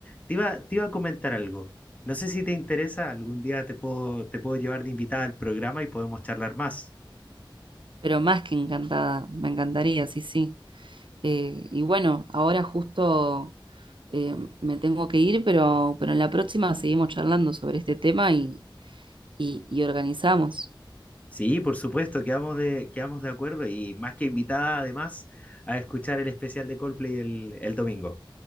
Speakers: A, on the left (about 15°); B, on the right (about 70°).
A: te iba, te iba a comentar algo. No sé si te interesa, algún día te puedo, te puedo llevar de invitada al programa y podemos charlar más.
B: Pero más que encantada, me encantaría, sí, sí. Eh, y bueno, ahora justo eh, me tengo que ir, pero, pero en la próxima seguimos charlando sobre este tema y, y, y organizamos.
A: Sí, por supuesto, quedamos de, quedamos de acuerdo y más que invitada además a escuchar el especial de Coldplay el, el domingo.